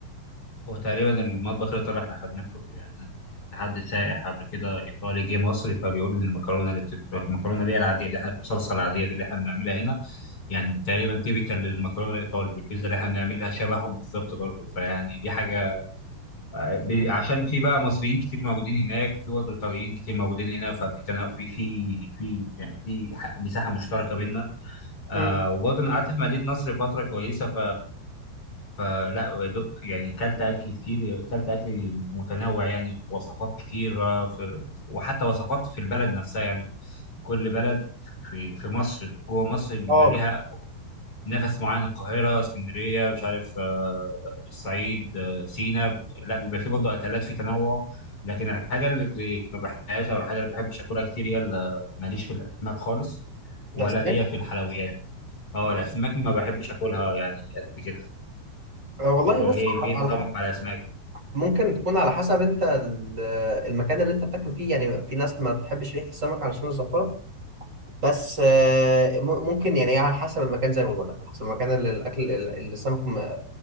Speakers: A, on the left; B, on the right.
A: هو تقريبا المطبخ الايطالي احنا خدناه كله يعني انا كنت شفت حد سائح قبل كده ايطالي جه مصر فبيقول ان المكرونه اللي بتت... المكرونه اللي هي العاديه اللي احنا بالصلصه العاديه دي اللي احنا بنعملها هنا يعني تقريبا تيبيكال للمكرونه الايطالي والبيتزا اللي احنا بنعملها شبههم بالظبط برضه فيعني دي حاجه ب- عشان في بقى مصريين كتير موجودين هناك وفي برضه ايطاليين كتير موجودين هنا ففي تنا... في في في يعني في ح- مساحه مشتركه بينا آه
B: مم.
A: وبرضه انا قعدت في مدينه نصر فتره كويسه ف... فلا دقت- يعني كلت اكل كتير كلت اكل متنوع يعني وصفات كتيره في... وحتى وصفات في البلد نفسها يعني كل بلد في في مصر جوه مصر بيبقى
B: اه
A: ليها نفس معين القاهرة اسكندرية مش عارف آه، الصعيد آه، سينا لا بيبقى فيه برضه أكلات في تنوع لكن الحاجة اللي ما بحبهاش أو الحاجة اللي ما بحبش أكلها كتير هي ال- ماليش في الأسماك خالص ولا
B: ده اسماك
A: ليا في الحلويات اه الأسماك ما بحبش أكلها يعني قد كده
B: آه، والله
A: أنت إيه
B: بص
A: إيه نظامك
B: على حق
A: مع الأسماك؟
B: ممكن تكون على حسب انت ال- المكان اللي انت بتاكل فيه يعني في ناس ما تحبش ريحه السمك علشان الزفره بس آه، م- ممكن يعني على حسب المكان زي ما بقول لك على حسب المكان اللي الاكل اللي السمك م-